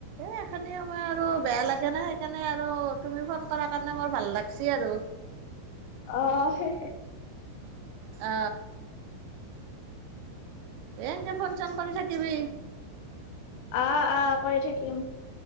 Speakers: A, on the right (about 85°); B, on the left (about 80°).
A: এই এইখিনি সময় আৰু বেয়া লাগে না সেইকাৰণে আৰু তুমি ফোন কৰাৰ কাৰণে মোৰ ভাল লাগছি আৰু।
B: অ, হে, হে।
A: অ, এ ফোন চুন কৰি থাকিবি।
B: অ, অ কৰি থাকিম।